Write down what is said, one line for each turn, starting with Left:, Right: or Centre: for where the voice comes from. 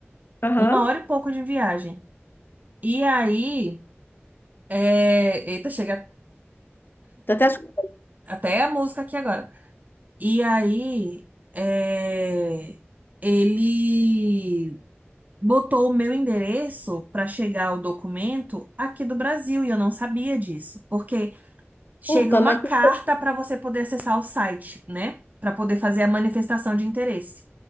Left: Aham.
Right: Uma hora e pouco de viagem. E aí, é... eita, chega
Left: Tô até achando,
Right: até a música aqui agora. E aí, é... ele botou o meu endereço para chegar o documento aqui do Brasil e eu não sabia disso, porque chega
Left: puta,
Right: uma
Left: mas
Right: carta
Left: que
Right: para você poder acessar o site, né? Para poder fazer a manifestação de interesse.